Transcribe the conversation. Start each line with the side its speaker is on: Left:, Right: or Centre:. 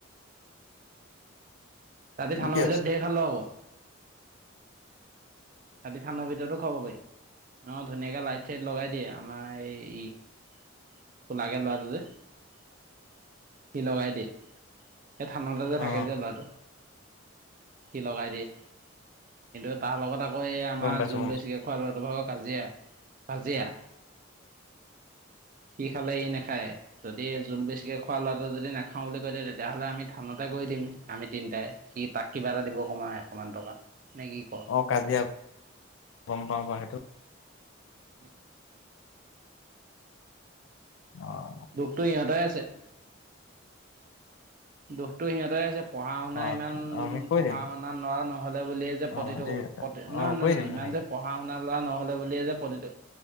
Right: আজি থানৰ
Left: কি
Right: ভিতৰত
Left: আছে
Right: ধেৰ খালোঁ আকৌ ৰাতি, ঠাণ্ডা খাব পাৰি ন ধুনীয়াকে লাইট, চাইট লগাই দিয়ে আমাৰ এই ই পলাগে লৰাটো যে সি লগাই দিয়। সেই থানাতে যে
Left: অ
Right: থাকে যে লৰাটো। সি লগাই দিয়ে কিন্তু তাৰ লগত আকৌ এই আমাৰ
Left: গম পাইছো
Right: জোল
Left: গম
Right: বেছিকৈ
Left: পাইছো
Right: খোৱা লৱাটো ভাগৰ। কাজিয়া, কাজিয়া। সি খালে ই নাখায় যদি জোল বেছিকে খোৱা লৰাটো যদি নাখাওঁ বুলি কৈ দিয়ে তেতিয়াহ'লে আমি থানত। তে কৰি দিম আমি তিনিটাই সি তাক কিবা এটা দিব কমা এশ মান টকা নে কি কওঁ
Left: অ কাজিয়া গম পাওঁ ব সেইটোৱেই।
Right: উ <unintelligible>
Left: অঁ
Right: দুখটো ইহঁতৰে আছে। দুখটো সিহঁতহে আছে। পঢ়া-শুনা
Left: অ
Right: ইমান,
Left: আমি কৈ
Right: পঢ়া-শুনা
Left: দিম
Right: ল'ৰা নহ'লে বুলিয়েই যে প্ৰতিটো,
Left: অ দে
Right: প্ৰতি
Left: অ
Right: নহয় নহয়।
Left: কৰি
Right: নহয়
Left: দিম
Right: ইমান
Left: তেনেকে
Right: পঢ়া-শুনা ল'ৰা ন'হলে বুলিয়ে যে প্ৰতিটো